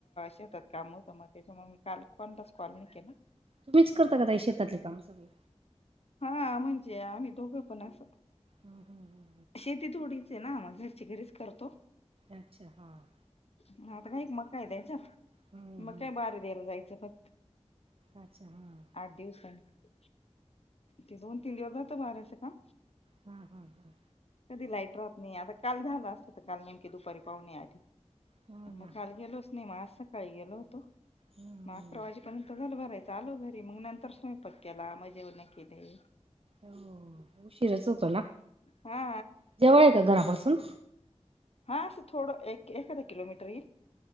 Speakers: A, on the left; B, on the right.
A: शेतात काम होतं म त्याच्यामुळे मी काल मी कोणलाच कॉल नाही केला.
B: तुम्हीच करता का ताई शेतातली काम सगळी??
A: हा म्हणजे आम्ही दोघं पण अस
B: हम हम हम.
A: शेती थोडीच ये ना मग घरचे घरीच करतो.
B: अच्छा.. हां.
A: ह आता काही मक्का हाय त्याच्यात
B: हम्म
A: मग
B: हम्म
A: बार द्यायला जायचं फ
B: अच्छा... हां...
A: आठ दिवसांनी ते दोन तीन दिवस भेटतं बाऱ्याचं काम??
B: हा हा हा...
A: कधी लाईट राहत नाही आता काल झालं असतं तर काल नेमके दुपारी पाहुणे आली.
B: हो ना
A: मग काल गेलोच नाही मग आज सकाळी गेलो होतो
B: हम्म
A: मग अकरा
B: हो.
A: वाजेपर्यंत झालं भराय चं आलो घरी मग नंतर स्वयंपाक केला मग जेवण केली.
B: हो उशीरच होतो ना.
A: हा
B: जवळ हाय का घरापासून?
A: हा असं थोडं एक एखादां किलोमीटर येईल.